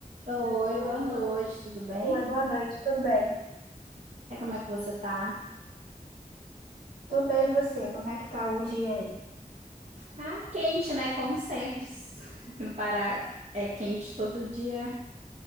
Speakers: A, on the right (about 50°); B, on the right (about 80°).
A: Oi, boa noite, tudo bem?
B: Oi, boa noite, tudo bem?
A: É, como é que você tá?
B: Tudo bem, e você? Como é que tá o dia aí?
A: Ah, quente, né? Como sempre. <laughs> Aqui no Pará é quente todo dia.